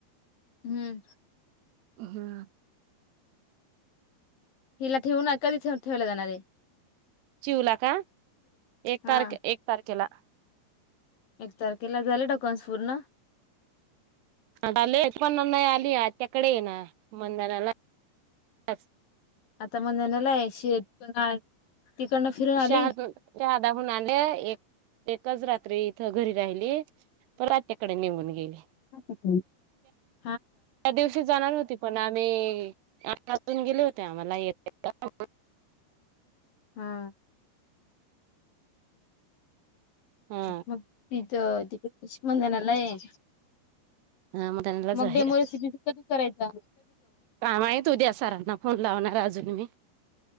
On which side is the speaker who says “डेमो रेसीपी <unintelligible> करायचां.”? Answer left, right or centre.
Left